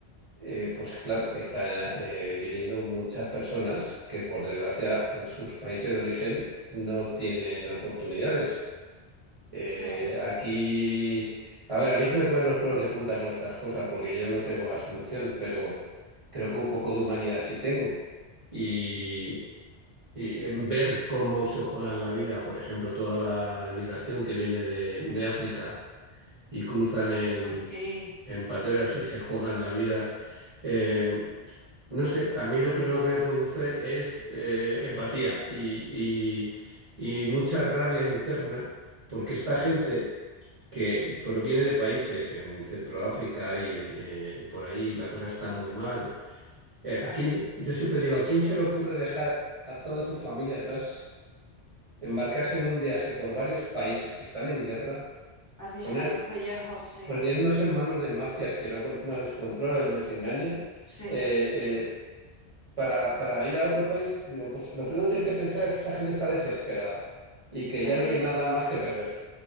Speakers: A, on the right; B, on the left.
A: eh, pues claro, está eh, viniendo muchas personas que por desgracia en sus países de origen no tienen oportunidades. Eh,
B: sí,
A: aquí, a ver, a mí se me ponen los pelos de punta con estas cosas porque yo no tengo la solución, pero creo que un poco de humanidad sí tengo. Y, y, eh, ver cómo se juegan la vida, por ejemplo, toda la emigración que viene
B: sí.
A: de, de África y cruzan en,
B: Uy, sí,
A: en pateras y se juegan la vida. eh, no sé, a mí lo primero que me produce es eh, empatía y, y- y mucha rabia interna, porque esta gente que proviene de países en Centroáfrica y eh, por ahí la cosa está muy mal, eh,
B: claro.
A: ¿a quién- yo siempre digo, ¿a quién se le ocurre dejar a toda su familia atrás, embarcarse en un viaje por varios países que están en guerra,
B: Arriesgando
A: poner,
B: el pellejo, sí,
A: ponernos
B: sí,
A: en manos de mafias que luego encima les controlan y les engañan?
B: sí.
A: Eh, eh, para, para ir a otro país, digo, pues lo primero que tienes que pensar es que esa gente está desesperada y que
B: Eh,
A: ya no
B: eh,
A: tiene nada más que perder.